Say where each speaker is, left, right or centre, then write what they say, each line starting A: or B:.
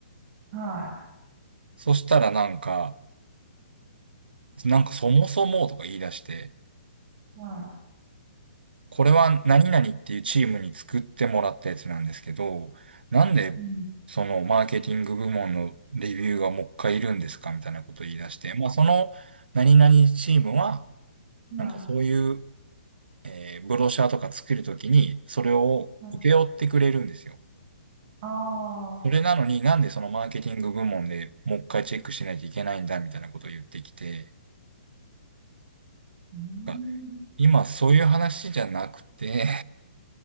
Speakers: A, on the right (about 35°); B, on the right (about 70°).
A: はい。
B: そしたらなんか、なんかそもそもとか言い出して、
A: は
B: これは何々っていうチームに作ってもらったやつなんですけど、なんでそのマーケティング部門のレビューがもう一回いるんですかみたいなことを言い出して、
A: い。うん。
B: まあその何々チームは、
A: はい。
B: なんかそういう、えーブロシャーとか作るときに、それを請け負ってくれるんですよ。
A: はい。ああ、
B: それなのになんでそのマーケティング部門でもう一回チェックしないといけないんだみたいなことを言ってきて、
A: うん。
B: が今そういう話じゃなくて